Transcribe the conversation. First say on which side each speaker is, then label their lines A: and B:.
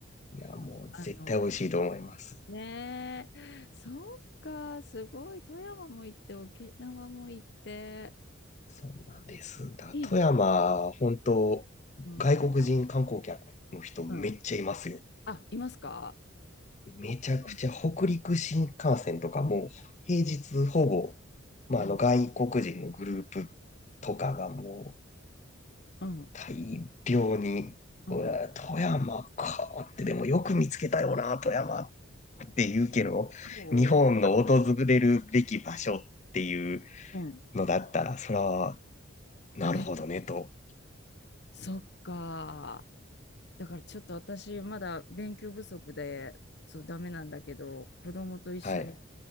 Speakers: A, on the left; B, on the left.
A: いや、もう絶対美味しいと思います。
B: あの、ねえ、そうか、すごい、富山も行って、沖縄も行って、
A: そうなんです。だ、
B: いいですね。
A: 富山、本当、
B: うん。
A: 外国人観光客の人めっちゃいますよ。
B: うん。あ、いますか
A: めちゃくちゃ北陸新幹線とかも、
B: うん。
A: 平日ほぼ、
B: うん。
A: まあ、
B: うん。
A: あの、外国人のグループとかがもう、
B: うん。
A: 大量に、
B: うん
A: うわ富山かって、でもよく見つけたよな、富山っっていうけど、
B: そ
A: 日本の訪れるべき場所っていう
B: ううん。
A: のだったら、それは、なるほどね、
B: ね。
A: と。
B: そっか。だからちょっと私まだ勉強不足でそうダメなんだけど子供と一緒に
A: はい。